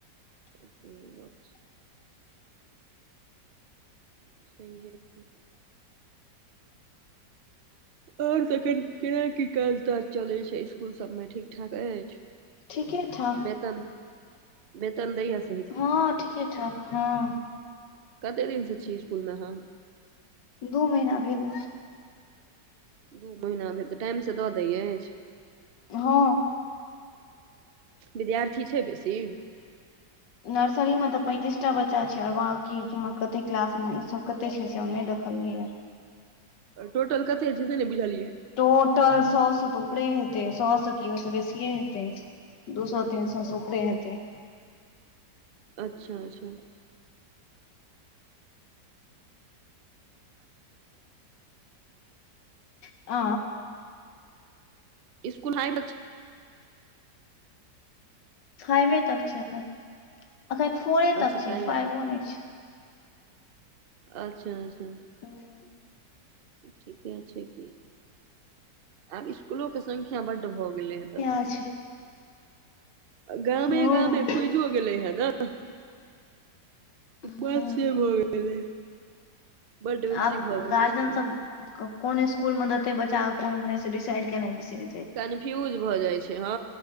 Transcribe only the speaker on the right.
तऽ से बात छै <unintelligible> और तखैन केना की काज ताज चलैत छै स्कुल सभमे ठीक ठाक अछि
बेेतन बेेतन दैये स
कते दिन स छी इसकुल मे अहाँ
दू महीना भेल तऽ टाइम सँ दऽ दैय अछि
विद्यार्थी छै बेसी
टोटल कतेै छै से ने बुझलियए
अच्छा अच्छा
इसकु हइ बचा
अच्छा
फाइवे
तक
अच्छा अच्छा
ठीके छै कि आब इस्कुलोे संख्या बड्ड भऽ गेलै हे तब
गामे
गामे खुइजो गेलै हे न
बस से भऽ गेलै बड् बेसी
भऽ गेलै
स्कुल
कन्फ्यूज भऽ जाइ छै हँ